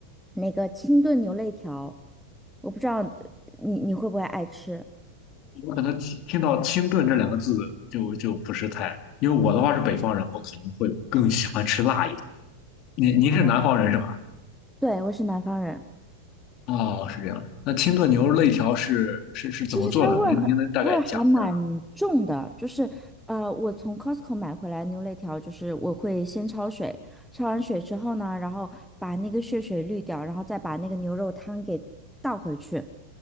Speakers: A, in the centre; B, on the left (about 40°).
A: 那个清炖牛肋条，我不知道你你会不会爱吃
B: 我可能听听到清炖这两个字就就不是太，因为我的话是北方人，我可能会更喜欢吃辣一点。您您是南方人是吧？
A: 啊？对，我是南方人，
B: 哦，是这样的。那清炖牛肉肋条是是是怎么做的？
A: 其实它味儿很味儿还蛮重的，
B: 您您能大概讲一下吗？
A: 就是呃，我从 Costco 买回来牛肋条，就是我会先焯水，焯完水之后呢，然后把那个血水滤掉，然后再把那个牛肉汤给倒回去，